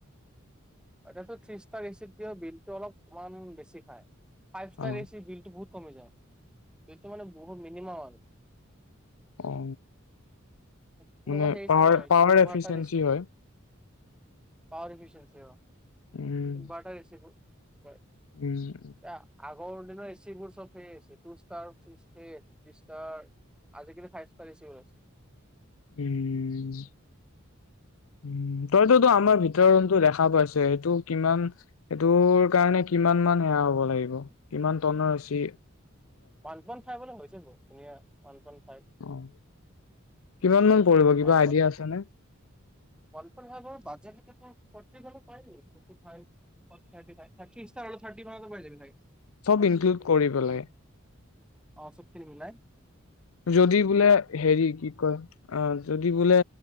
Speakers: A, in the centre; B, on the left.
A: তাৰপাছত ত্ৰি ইষ্টাৰ এ চিতকৈ বিলতটো অলপমান বেছি খাই ফাইভ ষ্টাৰ
B: অ
A: এ চি বিলটো বহুত কমি যায় সেইটো মানে বহুত মিনিমাম আৰু
B: অ
A: সেনেকুৱা
B: মানে
A: সেই হিচাপে
B: power power
A: inverter
B: efficiency
A: A C
B: হয়
A: পাৱাৰ এফিচেনচিঅ অ
B: উম
A: ইনভান্টাৰ এচি বোৰ আগ
B: উম
A: আগৰ দিনৰ এ চিবোৰ চব সেই আছে টু ষ্টাৰ থি ষ্টাৰ আজিকালি ফাইভ ষ্টাৰ এচি ওলাই ছে
B: উম উ তইতোতো আমাৰ ভিতৰৰ ৰুম টো দেখা পাইছে সেইটো কিমান সেইটো কাৰণে কিমান মান সেয়া হব লাগিব কিমান টনৰ এছি
A: ওৱান পইণ্ট ফাইপ হ'লে হৈ যাব ধুনীয়া ওৱান ওৱান ফাইভ
B: অ কিমান পৰিব কিবা
A: কলপন
B: আইডিয়া আছেনে
A: কলপন হেনো বাজাৰ ফৰটিফাইভ পাই যাব নেকি ফৰ্টিফাইড থাৰটিফাইম মানত পাই যাবি
B: চব
A: থাৰ্টি
B: ইনক্লুড
A: টু থাৰ্টি
B: কৰি
A: থ্ৰী
B: পেলাই
A: মান অ চবখিনি মিলায়
B: যদি বোলে হেৰি কি কয় অ য। বোলে